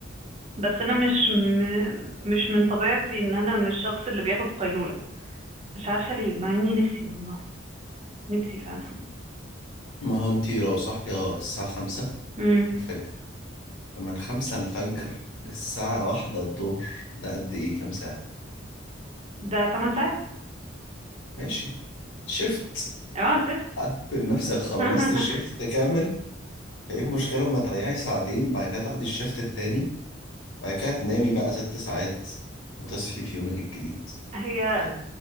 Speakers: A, on the right (about 35°); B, on the left (about 85°).
A: بس انا مش من مش من طبيعتي ان انا مش الشخص اللي بياخد قيلولة مش عارفة ليه مع اني نفسي والله نفسي فعلا
B: ما هو انتي لو صاحية الساعة خمسة
A: امم
B: الفجر فمن خمسة الفجر للساعة واحدة الظهر ده قد إيه كام ساعة؟
A: ده 8 ساعات
B: ماشي شفت
A: اه شفت
B: اعتبر نفسك
A: <laughs>
B: خلصت الشفت كامل فإيه المشكلة لما تريحي ساعتين بعد كده تاخدي الشفت التاني بعد كده تنامي بقى ست ساعات وتصحي في يومك الجديد
A: هي
B: كده